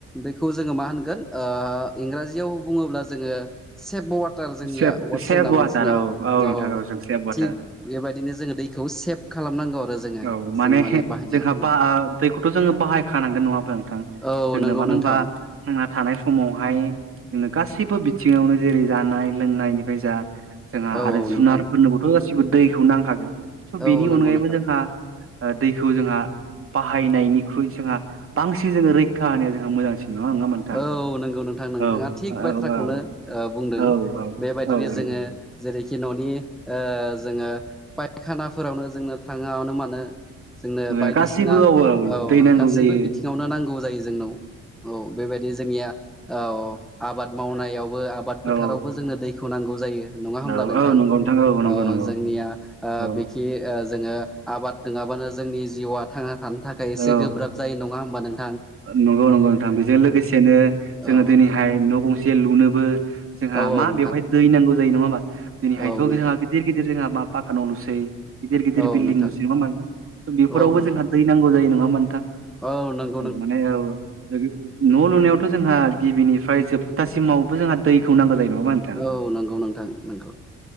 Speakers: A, in the centre; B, on the right.
A: बेखौ जोङो मा होनगोन इंराजियाव बुङोब्ला जोङो सेभ वाट टार जोंनिया
B: सेभ
A: वारदस
B: सेभ
A: होनना
B: वाटार
A: मोनसिना औ
B: नोंथां
A: औ
B: जों सेभ वाटार
A: थिग बेबायदिनो जोङो दैखौ सेभ खालामनांगौ आरो जोङो
B: औ माने
A: जों बाहायनायाव
B: जोंहा
A: नंगौ
B: बा दैखौथ' जोङो बाहायखानांगोन नङा होमब्ला नोंथां
A: औ
B: जोंनो
A: नंगौ
B: मानो
A: नोंथां
B: होनबा थांना थानाय समावहाय जोंनो गासैबो बिथिङावनो जेरै जानाय लोंनायनिफ्राय जा जोंहा
A: औ
B: आरो
A: औ
B: जुनारफोरनोबोथ'
A: नोंथां
B: गासिबो दैखौ नांखागो स'
A: औ
B: बेनि
A: नंगौ
B: अनगायैबो
A: नोंथां
B: जों दा दा दैखौ जोंहा बाहायनायनिख्रुइ जोंहा बांसिन जोङो रैखा होनाया जोंहा मोजांसिन नङा नोंथां
A: औ नोंगौ नोंथां नोंथाङा
B: औ
A: थिग
B: औ
A: बाथ्राखौनो
B: औ
A: बुंदों
B: औ
A: बेबायदिनो
B: औ औ
A: जोङो जेरैखि न'नि ओ जोङो फायखानाफोरावनो जोंनो थाङावनो मानो जोंनो
B: जों
A: बायदिसिना
B: गासिबो
A: औ
B: दै नांगौ
A: गासैबो
B: जायो
A: बिथिङावनो नांगौ जायो जोंनाव औ बायदि जोंनिया औ आबाद मावनायावबो आबाद फोथारावबो
B: औ
A: जोंनो दैखौ नांगौ जायो नङा होमब्ला
B: औ
A: नोंथां
B: औ नंगौ औ नंगौ
A: ओ
B: नंगौ
A: जोंनिया
B: औ
A: बिखि ओ जोङो आबाद नङाबानो जोंनि जिउआ थांना थानो थाखाय एसे
B: औ
A: गोब्राब जायो नङा होमबा नों
B: नंगौ नंगौ नोंथां बेजों लोगोसेनो जोङो
A: औ
B: दिनैहाय न' गंसे लुनोबो जोंहा
A: औ
B: मा
A: नोंथां
B: बेवहाय दै नांगौ जायो नङा होमबा दिनैहायथ'
A: औ नोंथां
B: जोंहा गिदिर गिदिर जोंहा मा फाखान' लुसै गिदिर गिदिर
A: औ
B: बिल्डं
A: नोंथां
B: लुसै नङाहोमबा नोंथां? स' बेफोरावबो
A: औ नोंथां
B: जोंहा दै नांगौ जायो नङा होमबा नोंथां?
A: औ नों
B: औ माने औ। न' लुनायावथ' जोंहा गिबिनिफ्राय जोबथासिमावबो जोंहा दैखौ नांगौ जायो नङा होमबां नों
A: औ नंगौ नोंथां नोंगौ